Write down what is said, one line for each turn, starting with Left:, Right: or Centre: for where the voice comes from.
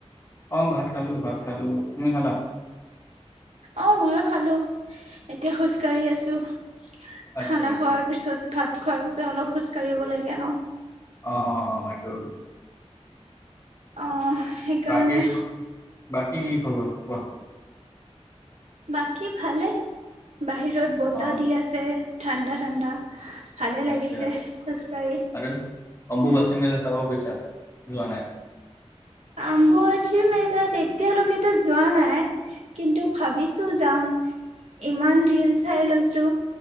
Left: অহ ভাত খালো ভাত খালো তুমি খালা
Right: অ ময়ো খালো এতিয়া খোজকাঢ়ি আছো
Left: আচ্ছা
Right: খানা
Left: আচ্ছা
Right: খোৱাৰ পিছত ভাত খোৱাৰ পিছত অলপ খোজ কঢ়িব লাগে ন
Left: অ অ অ এইটো
Right: অ সেইকাৰণে
Left: বাকী ক বাক কি হব কোৱা
Right: বাকী ভালে বাহিৰত বতাহ
Left: অ
Right: দি আছে ঠাণ্ডা ঠাণ্ডা ভালে লাগিছে
Left: আচ্ছা
Right: খোজকাঢ়ি
Left: আৰু অম্বুবাচী
Right: উম।
Left: মেলা যাব গৈছা যোৱা নাই
Right: আম্বুবাচী মেলাত এতিয়ালৈকেতো যোৱা নাই কিন্তু ভাবিছো যাম ইমান ধিৰ চাই লৈছো